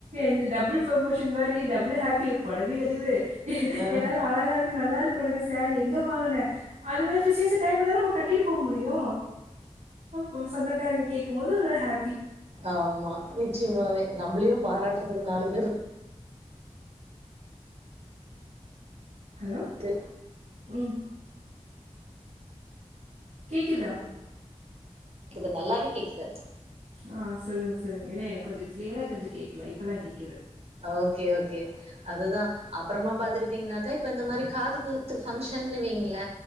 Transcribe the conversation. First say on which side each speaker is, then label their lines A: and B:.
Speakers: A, on the right (about 75°); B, on the right (about 60°).
A: இந்த டபுள் ப்ரோமோஷன் மாரி டபுள் ஹாப்பி புடவையு கிடைக்குது
B: ஆ
A: எல்லாரு அழகா இருக் கு நல்லா இருக்கு உனக்கு சாரி எங்க வாங்குன அது மாரி விசேஷ டைம்ல தான நம்ம கட்டிட்டு போக முடியு ம் சொந்தக்காரங்க கேட்கும் போது ஒரு ஹாப்பி
B: ஆமா நிச்சயமாவே நம்ளையு பாராட்டுறதுக்கு நாலு பேரு
A: ஹலோ
B: ட்டு
A: ம் கேக்குதா
B: கேக்குது நல்லாவே கேக்குது
A: ஆ சொல்லுங்க சொல்லுங்க ஏன்னா எனக்கு கொஞ்ச கிளியரா கொஞ்ச கேட்கல இப்பதா கேக்குது
B: ஓகே ஓகே அதுதா அப்பறமா பாத்துக்கிட்டீங்கனாக்கா இப்ப இந்த மாரி காது குத்து பங்க்ஷன்னு வைங்ள